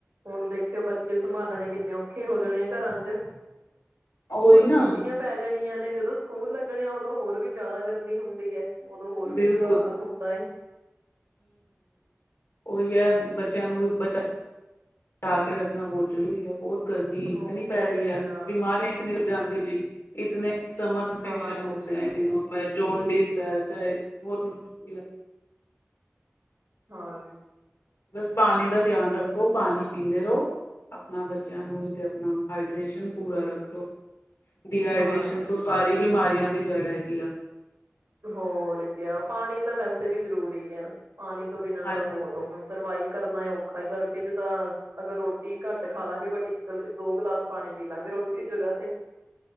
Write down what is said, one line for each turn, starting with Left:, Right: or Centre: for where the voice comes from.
Right: ਹੁਣ ਦੇਖਿਓ ਬੱਚੇ ਸੰਭਾਲਣੇ ਕਿੰਨੇ ਔਖੇ ਹੋ ਜਾਣੇ ਆ ਘਰਾਂ ਚ
Left: ਉਹੀ
Right: ਹੁਣ
Left: ਨਾ
Right: ਛੁੱਟੀਆਂ ਪੈ ਜਾਣੀਆਂ ਨੇ ਜਦੋਂ ਸਕੂਲ ਲੱਗਣੇ ਉਦੋਂ ਹੋਰ ਵੀ ਜ਼ਿਆਦਾ ਗਰਮੀ ਹੁੰਦੀ ਐ। ਓਦੋਂ ਹੋਰ
Left: ਬਿਲਕੁਲ
Right: ਵੀ ਬੁਰਾ ਹਾਲ ਹੁੰਦਾ ਐ
Left: ਓਈ ਐ ਬੱਚਿਆਂ ਨੂੰ ਬੱਚਾ ਜਾ ਕੇ ਰੱਖਣਾ ਬਹੁਤ ਜ਼ਰੂਰੀ ਐ ਬਹੁਤ ਗਰਮੀ ਇਤਨੀ
Right: ਹੋਰ
Left: ਪੈ ਰੀ
Right: ਕਿਆ
Left: ਐ, ਬਿਮਾਰੀਆਂ ਇਤਨੀ ਜਾਂਦੀਆਂ ਨੀ ਇਤਨ ਸਟਮਕ ਇਨਫੈਕਸ਼ਨ
Right: ਹਾਂਜੀ
Left: ਹੋਤੇ ਹੈ ਦਿਨੋ ਮੈਂ ਜੌੋਂਡਿਸ ਐ ਚਾਹੇ ਬਹੁਤ ਮੁਸ਼ਕਿਲ ਐ।
Right: ਹਾਂ
Left: ਬਸ ਪਾਣੀ ਦਾ ਧਿਆਨ ਰੱਖੋ। ਪਾਣੀ ਪੀਂਦੇ ਰੋ ਆਪਣਾ ਬੱਚਿਆਂ ਨੂੰ ਤੇ ਆਪਣਾ ਹਾਈਡ੍ਰੇਸ਼ਨ ਪੂਰਾ ਰੱਖੋ। ਡੀਹਾਈਡ੍ਰੇਸ਼ਨ
Right: ਹਾਂਜੀ
Left: ਤੋਂ ਸਾਰੀ ਬਿਮਾਰੀਆਂ ਦੀ ਜੜ ਹੈਗੀ ਆ।
Right: ਹੋਰ ਕਿਆ ਪਾਣੀ ਤਾਂ ਵੈਸੇ ਵੀ ਜ਼ਰੂਰੀ ਹੈ। ਪਾਣੀ ਤੋਂ ਬਿਨਾਂ
Left: ਹਾਂਜੀ।
Right: ਤਾਂ ਬਹੁਤ ਹੋ ਸਰਵਾਈਵ ਕਰਨਾ ਹੀ ਔਖਾ ਹੈ ਗਰਮੀ ਚ ਤਾਂ ਅਗਰ ਰੋਟੀ ਘੱਟ ਖਾ ਲਾਂਗੇ ਬਟ ਇੱਕ ਦੋ ਗਲਾਸ ਪਾਣੀ ਪੀ ਲਾਂਗੇ ਰੋਟੀ ਜਗਾ ਤੇ